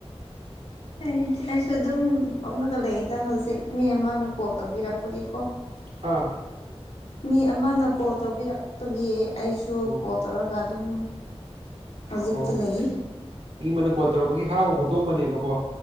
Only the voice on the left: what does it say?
ꯑꯩ ꯑꯩꯁꯨ ꯑꯗꯨꯝ ꯄꯣꯝꯂꯒ ꯂꯩꯗ ꯍꯧꯖꯤꯛ ꯃꯤ ꯑꯃꯅ ꯀꯣꯜ ꯇꯧꯕꯤꯔꯛꯄꯒꯤꯀꯣ
ꯃꯤ ꯑꯃꯅ ꯀꯣꯜ ꯇꯧꯕꯤꯔꯛꯄꯒꯤ ꯑꯩꯁꯨ
ꯀꯣꯜ ꯇꯧꯔꯒ ꯑꯗꯨꯝ ꯍꯧꯖꯤꯛꯇꯤ
ꯂꯩ